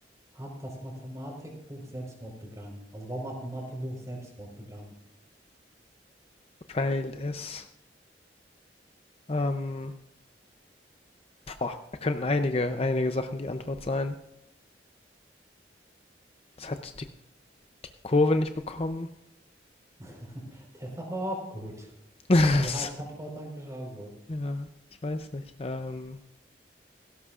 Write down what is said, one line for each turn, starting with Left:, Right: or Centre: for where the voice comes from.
Right: hat das Mathematikbuch Selbstmord begangen? Also warum hat ein Mathebuch Selbstmord begangen?
Left: Weil es, ähm, boah, da könnten einige, einige Sachen die Antwort sein. Es hat die, die Kurve nicht bekommen.
Right: <laughs> Der war aber auch gut.
Left: <laughs> Es-
Right: Der wäre als Antwort eigentlich auch gut,
Left: ja, ich weiß nicht. Ähm,